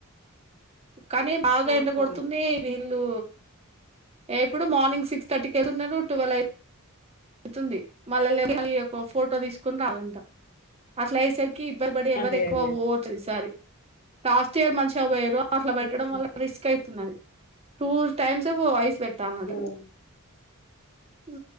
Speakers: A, on the right; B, on the left.
A: కానీ బాగా
B: ఆహా
A: ఎండ కొడుతుంది
B: ఉమ్
A: వి వీళ్ళు ఎప్పుడు మార్నింగ్ సిక్స్ థర్టీకి వెళ్తున్నరు ట్యువెల్ అయి అవుతుంది మళ్ళ ల్లి ఒక ఫోటో తీసుకుని <unintelligible> అట్లా అయ్యేసరి కి ఇబ్బరు పడి ఎవరు
B: అదే
A: ఎక్కువ
B: అదే
A: పోవతు ఈసారి లాస్ట్ ఇయర్ మంచిగా పోయిర్రు అట్ల పెట్టడం
B: ఉమ్
A: వల్ల రిస్క్ అయితున్నది టూ టైమ్స్ ఏమో ఐస్ వె <unintelligible>
B: ఉమ్
A: హు